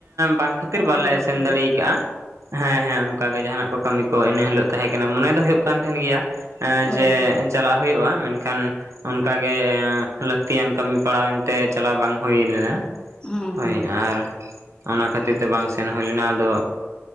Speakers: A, on the right; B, on the left.
A: ᱵᱟᱝ ᱠᱷᱟᱹᱛᱤᱨ ᱵᱟᱞᱮ
B: ᱧᱟᱢᱚᱜᱚᱜ
A: ᱥᱮᱱ
B: ᱜᱮ
A: ᱫᱟᱲᱮ ᱟᱠᱟᱫᱟᱼᱟ ᱦᱮᱸ ᱦᱮᱸ ᱚᱱᱠᱟᱜ ᱜᱮ ᱡᱟᱦᱟᱸᱱᱟᱜ ᱠᱚ ᱠᱟᱹᱢᱤ ᱠᱚ ᱤᱱᱟᱹ ᱦᱤᱞᱳᱜ ᱛᱟᱦᱮᱸ ᱠᱟᱱᱟ ᱢᱚᱱᱮ ᱫᱚ ᱦᱩᱭᱩᱜ ᱠᱟᱱ ᱛᱟᱦᱮᱱ ᱜᱮᱭᱟ
B: ᱚ
A: ᱡᱮ ᱪᱟᱞᱟᱜ ᱦᱩᱭᱩᱜᱼᱟ ᱢᱮᱱᱠᱷᱟᱱ ᱚᱱᱠᱟᱜᱮ ᱞᱟᱹᱠᱛᱤᱭᱟᱱ ᱠᱟᱹᱢᱤ ᱯᱟᱲᱟᱣᱮᱱᱛᱮ ᱪᱟᱞᱟᱣ ᱵᱟᱝ ᱦᱩᱭ ᱞᱮᱱᱟ,
B: ᱦᱮᱸ
A: ᱦᱳᱭ ᱟᱨ ᱚᱱᱟ ᱠᱷᱟᱹᱛᱤᱨ ᱛᱮ ᱵᱟᱝ ᱥᱮᱱ ᱦᱩᱭ ᱞᱮᱱᱟ ᱟᱫᱚ,